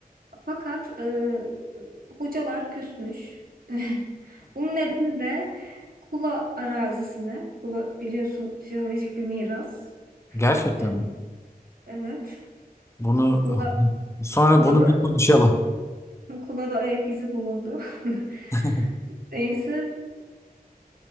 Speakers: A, on the right (about 70°); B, on the left (about 15°).
A: Fakat e, hocalar küsmüş. <laughs> Bunun nedeni de Kula arazisine, Kula biliyorsun jeolojik bir miras.
B: Gerçekten
A: E,
B: mi?
A: Evet,
B: Bunu
A: Kula,
B: <laughs> sonra
A: Kula'da,
B: bunu bir konuşalım.
A: Kula'da ayak izi bulundu. <laughs>
B: <laughs>
A: Neyse,